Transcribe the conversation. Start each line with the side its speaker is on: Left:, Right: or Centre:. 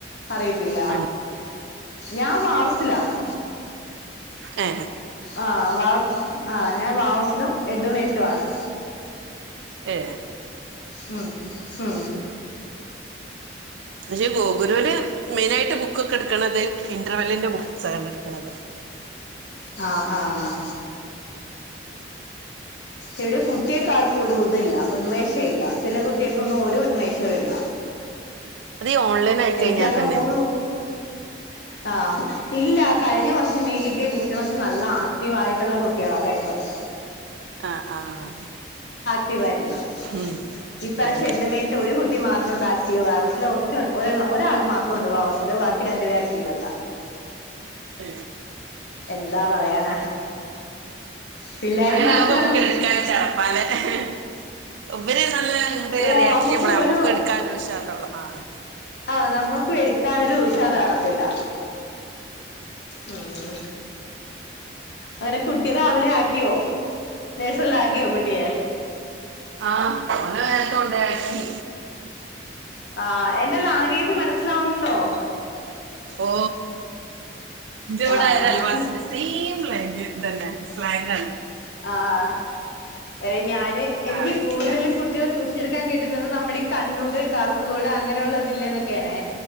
Left: അറിയത്തില്ല
Right: ഉം
Left: ഞാൻ വാർസിലാണ്.
Right: ഏ
Left: ആ വ ആഹ് ഞാൻ വാവസിലും എഡുമേറ്റിലു ആണ്.
Right: ഏ
Left: മ് മ്
Right: പക്ഷേ ഈ ഗോഗുരുന് മെയിനായിട്ട് ബുക്കൊക്കെ എടുക്കണത് ഇന്റർവെല്ലിന്റെ ബുക്ക്സണ് എടുക്കണത്
Left: ആ ആഹ് ഇവിടെ കുട്ടികക്കാർക്കും ഒരു ഇതല്ല ഉന്മേഷ ഇല്ല ചില കുട്ടികൾക്കൊന്നും ഒരു ഉന്മേഷവും ഇല്ല.
Right: അത് ഈ ഓൺലൈൻ ആയി കഴിഞ്ഞാൽ
Left: എനിക്കാകെ
Right: തന്നെ
Left: മൂന്ന് ആ ഇല്ല കഴിഞ്ഞ വർഷം നീ കിട്ടിയ കുട്ടികളോക്കെ നല്ല ആക്റ്റീവ് ആയിട്ടുള്ള കുട്ടികളാ കഴിഞ്ഞ വർഷം.
Right: ആ ആഹ്
Left: ക്ടീവായിരുന്നു
Right: ഉം
Left: ഇാ പ്രാവശ്യം
Right: ഏഹ്
Left: എൻ്റെ <unintelligible> ഒരു കുട്ടി മാത്രണ്ട് വാവസല് ഒറ്റ ഒരള് ഒരാള് മാത്രം ഉണ്ട് വാവാസില് ബാക്കി രണ്ട് പേര് ആക്ടീവല്ല.
Right: ഉ
Left: എന്താ പറയാനാ പിള്ളേരും
Right: അങ്ങനെ
Left: മടുത്ത് കാണും.
Right: <unintelligible> ഇവര് നല്ല റിയ
Left: ഓ
Right: റിയാക്ട്
Left: നമുക്ക്
Right: ചെയ്യുമ്പോളേ നമ്മുക്കും
Left: ഓരോ
Right: എടുക്കാ നൊരു ഉഷാറ്ണ്ടാവൊളു ആ
Left: ആ നമ്മുക്കു എടുക്കാനൊരു ഉഷാർ കാണത്തില്ല മ് അങ്ങനെ കുട്ടി രാവിലെ ആ ആക്കിയോ നഴ്സറില്ലാക്കിയോ കുട്ടിയെ?
Right: ആ ഓനെ നേരത്തെ കൊണ്ടയാക്കി.
Left: ആ എന്റെ ലാഗോജ്
Right: അങ്ങനെ
Left: മനസ്സിലാവുന്നുണ്ടോ?
Right: ഓ ജെവിടെ
Left: ആഹ്
Right: ഒരു അയൽവാസിണ്ട് സെയിം ഇതെന്നെ സ്ലാഗണ്.
Left: ആആ വ ഞാന് എനിക്ക്
Right: ആയിരിക്കാം
Left: കൂടുതലും കുട്ടികൾ ട്യൂഷൻ എടുക്കാൻ കിട്ടുന്നത് നമ്മുടെഈ കണ്ണൂർ കാസർഗോഡ് അങ്ങനെയുള്ള ജി ല്ലേ നൊക്കെയാണെ.